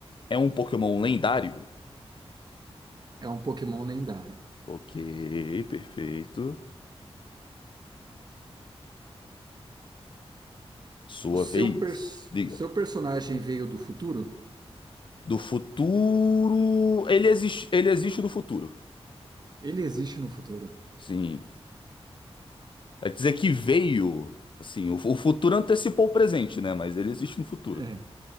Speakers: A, on the left; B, on the right.
A: é um Pokémon lendário?
B: É um Pokémon lendário.
A: Ok, perfeito. Sua
B: O seu,
A: vez.
B: pers-
A: Diga.
B: seu personagem veio do futuro?
A: Do futuro. Ele existe, ele existe do futuro.
B: Ele existe no futuro.
A: Sim. É dizer que veio. Assim, o, o futuro antecipou o presente, né? Mas ele existe no futuro.
B: É,